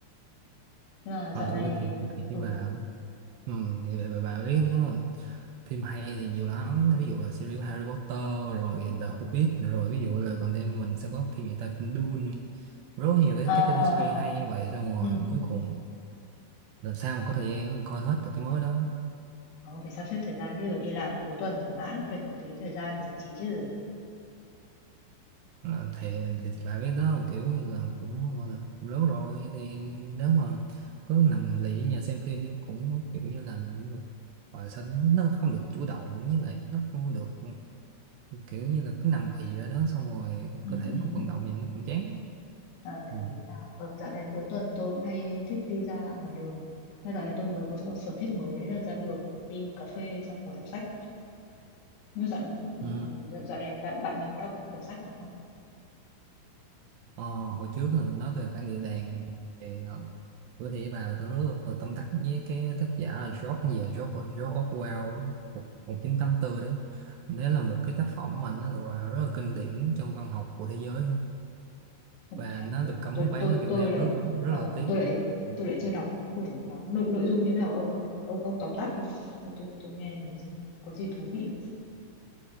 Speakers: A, on the left (about 80°); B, on the right (about 75°).
A: nhưng mà
B: Thôi
A: dạo này
B: tôi nói thiệt thiệt với
A: ừ
B: bà ừ, thì bà, bà, bà biết nó phim hay thì nhiều lắm ví dụ là series của Harry Potter rồi The Hobbit rồi ví dụ là còn đây mình sẽ có phim gì ta phim Dune rất nhiều cái,
A: à
B: cái TV
A: à
B: series
A: à
B: hay như vậy xong rồi
A: ừ
B: cuối cùng làm sao mà có thời gian coi hết được cái mới đó
A: Ờ, phải sắp xếp thời gian chứ đi làm cuối tuần chẳng hạn phải có tí thời gian để giải trí chứ
B: Là thì, thì, thì bà biết đó kiểu như là cũng cũng lớn rồi thì nếu mà cứ nằm lì ở nhà xem phim cũng kiểu như là và sao nó không được chủ động với lại nó không được kiểu như là cứ nằm ì ở đó xong rồi
A: ừ,
B: cơ thể
A: ừ,
B: nó không vận
A: ừ.
B: động thì nó cũng chán
A: Ờ, đồng
B: ừ.
A: ý nha ở dạo này cuối tuần tôi cũng hay thích đi ra ngoài đường mà dạo này tôi mới có một sở thích mới là ra đường đi cà phê xong ngồi đọc sách nhưng mà dạo, ừ,
B: Ừ.
A: ừ, dạo, dạo này bạn bạn mình có đọc một quyển sách nào không
B: Ờ, hồi trước là nói về phản địa đàn thì ờ, bữa thì vào tôi rất là tâm đắc với cái tác giả là George gì à? George, George Orwell á, một một chín tám tư đấy đấy là một cái tác phẩm mà nó được là rất là kinh điển trong văn học của thế giới
A: Ủa,
B: và
A: thế à?
B: nó
A: Ủa,
B: được cấm
A: tôi
B: bán
A: tôi
B: ở Việt
A: tôi
B: Nam
A: lại
B: rất rất, rất
A: à,
B: là tiếc
A: tôi lại
B: Ừ.
A: tôi lại chưa đọc cái quyển đó nội, nội dung như thế nào ông, ông, ông tóm tắt tôi, tôi, tôi nghe có gì thú vị